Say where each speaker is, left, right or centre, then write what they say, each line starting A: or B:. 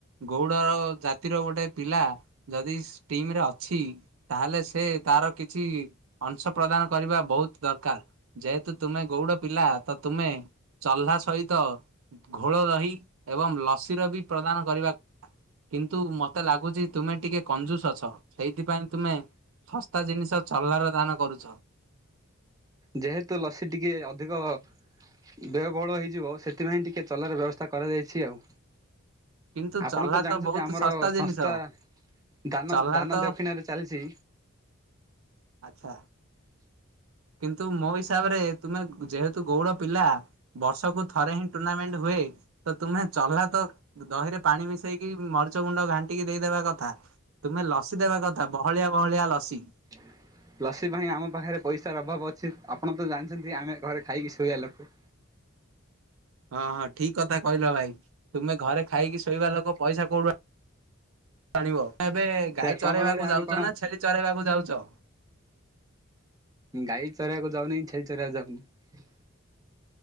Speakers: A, on the right; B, on the right.
A: ଗୌଡ଼ର ଜାତିର ଗୋଟେ ପିଲା ଯଦି ଟିମିରେ ଅଛି ତାହେଲେ ସେ ତାର କିଛି ଅଂଶ ପ୍ରଦାନ କରିବା ବହୁତ ଦରକାର ଯେହେତୁ ତୁମେ ଗୌଡ଼ ପିଲା। ତ ତୁମେ? ଚହ୍ଲା ସହିତ ଘୋଳ ଦହି ଏବଂ ଲସିର ବି ପ୍ରଦାନ କରିବା କଥା। କିନ୍ତୁ ମତେ ଲାଗୁଛି ତୁମେ ଟିକେ କଞ୍ଜୁସ ଅଛ ସେଇଥିପାଇଁ ତୁମେ। ଶସ୍ତା ଜିନିଷ ଚଲାର ଦାନ କରୁଚ।
B: ଯେହେତୁ ଲସି ଟିକେ ଅଧିକ ବ୍ୟୟ ବହୁଳ ହେଇଯିବ ସେଥିପାଇଁ ଟିକେ ଚଲାର ବ୍ୟବସ୍ଥା କରାଯାଇଛି ଆଉ।
A: କିନ୍ତୁ
B: ଆପଣ
A: ଚହ୍ଲା
B: ତ ଜାଣିଛନ୍ତି
A: ବହୁତ
B: ଆମର
A: ଶସ୍ତା
B: ସଂସ୍ଥା
A: ଜିନିଷ
B: ଦାନ
A: ଚହ୍ଲା
B: ଦାନ
A: ତ
B: ଦକ୍ଷିଣାରେ ଚାଲିଚି
A: ଆଚ୍ଛା। କିନ୍ତୁ ମୋ ହିସାବରେ ତୁମେ ଯେହେତୁ ଗଉଡ଼ ପିଲା ବର୍ଷକୁୁ ଥରେ ହିଁ ଟୁର୍ଣ୍ଣାମେଣ୍ଟ ହୁଏ ଏ ତ ତୁମେ ଚଲା ତ ଦହିରେ ପାଣି ମିଶେଇକି ମରିଚ ଗୁଣ୍ଡ ଘାଣ୍ଟିକି ଦେଇଦବା କଥା ତୁମେ ଲସି ଦେବା କଥା ବହଳିଆ ବହଳିଆ ଲସି
B: <inaudible> ଲସି ପାଇଁ ଆମ ପାଖରେ ପଇସାର ଅଭାବ ଅଛି ଆପଣ ତ ଜାଣିଛନ୍ତି ଆମେ ଘରେ ଖାଇକି ଶୋଇବା ଲୋକ <inaudible>
A: ହଁ ହଁ ଠିକ କଥା କହିଲ ଭାଇ ତୁମେ ଘରେ ଖାଇକି ଶୋଇବା ଲୋକ ପଇସା କଉଠୁ ଆଣିବ ତ ଏବେ
B: ସେ
A: ଗାଈ
B: ତମର
A: ଚରେଇବାକୁ
B: ଭଳିଆ ଆମେ
A: ଯାଉଚ
B: କଣ
A: ନା ଛେଳି ଚରାଇବାକୁ ଯାଉଚ?
B: ଗାଈ ଚରେବାକୁ ଯାଉନି ଛେଳି ଚରେବାକୁ ଯାଉନି।